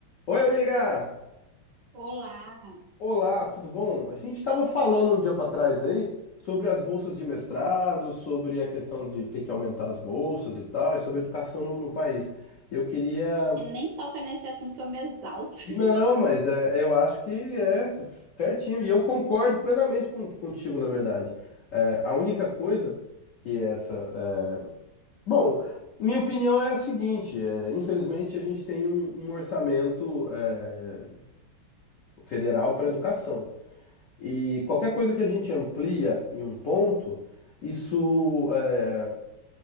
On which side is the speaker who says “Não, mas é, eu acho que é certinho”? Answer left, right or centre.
Left